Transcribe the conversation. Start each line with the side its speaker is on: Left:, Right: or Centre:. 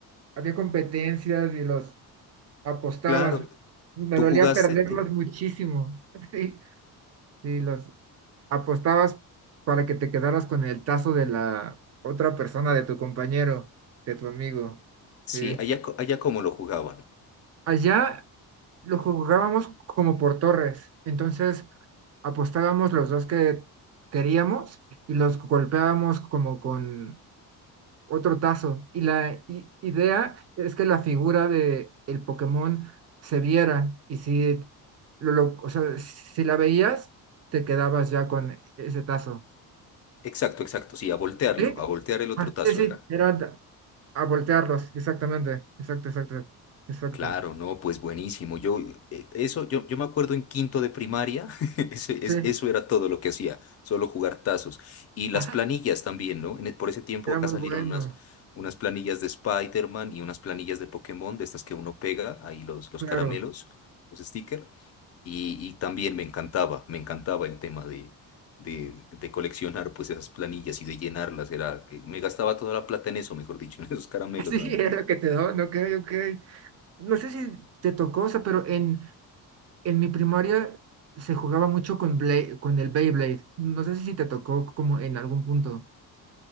Right: Había competencias y los apostabas.
Left: Claro,
Right: Me
Left: ¿tú
Right: dolía
Left: jugaste?
Right: perderlos
Left: ¿Tú?
Right: muchísimo. <laughs> Sí, sí, los apostabas para que te quedaras con el tazo de la otra persona, de tu compañero, de tu amigo. Sí.
Left: Sí, allá, co- allá como lo jugaban.
Right: Allá lo jugábamos como por torres. Entonces apostábamos los dos que queríamos y los golpeábamos como con otro tazo. Y la i- idea es que la figura de el Pokémon se viera y si lo, lo- o sea, si la veías, te quedabas ya con ese tazo.
Left: Exacto, exacto, sí, a voltearlo,
Right: ¿Sí?
Left: a voltear el otro
Right: Ah,
Left: tazo
Right: sí, sí,
Left: era.
Right: era d- a voltearlos, exactamente, exacto, exacto, exacto.
Left: Claro, no, pues buenísimo. Yo, eh, eso, yo, yo me acuerdo en quinto de primaria, <laughs> eso, es-
Right: Sí,
Left: eso era todo lo que hacía, solo jugar tazos. Y las
Right: <laughs>
Left: planillas también, ¿no? En e- por ese tiempo
Right: era
Left: acá
Right: muy
Left: salieron
Right: bueno,
Left: unas, unas planillas de Spider-Man y unas planillas de Pokémon, de estas que uno pega, ahí los, los
Right: claro.
Left: caramelos, los stickers. Y, y también me encantaba, me encantaba el tema de, de, de coleccionar pues esas planillas y de llenarlas. Era, que me gastaba toda la plata en eso, mejor dicho, <laughs> en esos caramelos
Right: <laughs> Sí,
Left: nada más.
Right: era lo que te daban, ok, ok. No sé si te tocó, o sea, pero en en mi primaria se jugaba mucho con, Bla- con el Beyblade. No sé si te tocó como en algún punto.